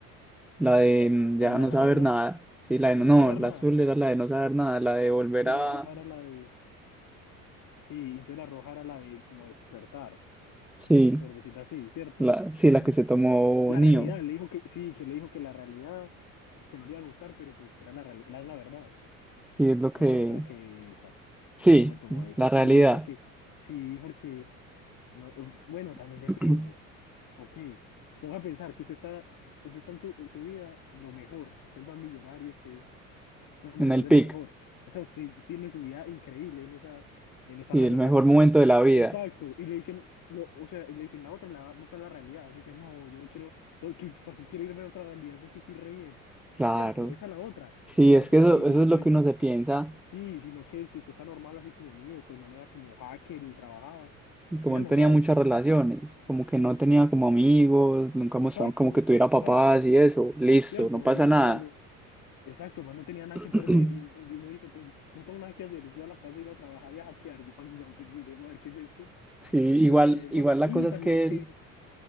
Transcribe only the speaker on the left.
la
de la
realidad.
No
saber
nada.
Y
la roja era la de, sí, entonces la roja era la de como despertar,
por decirlo así, ¿cierto?
Como
la
realidad, le dijo que, sí, que le dijo que la realidad, que no le iba a gustar, pero pues que era la realidad, la, la verdad.
No,
yo creo que esa,
yo me tomo esa.
Sí, porque, sí, porque, no, eh, bueno, también
depende. Ok, ponga a pensar que usted está, usted está en su, su vida lo mejor, usted es más millonario, usted es lo mejor
de lo
mejor. O sea, usted tiene su vida increíble en esa, en
esa realidad.
Exacto, y le dicen, lo, o sea, y le dicen la otra, la vamos a la realidad. Uno dice, no, yo no quiero, no, ¿qué- ¿para qué quiero irme a otra realidad si aquí estoy re bien?
Cierto, esa es la otra,
pero
pues
ni,
ni,
pues
sí, sino que si usted está normal así como Neo, que el man era como hacker y trabajaba,
era
normal.
Exacto,
exacto,
cierto,
no
vivía
solo, exacto, el man no tenía nada
que perder, y pues y uno dice, pues no tengo nada que hacer, voy a la casa, voy a ir a trabajar y a hackear. Yo, pues, no, pues miremos a ver qué es esto,
pues miremos,
y
también
es
que,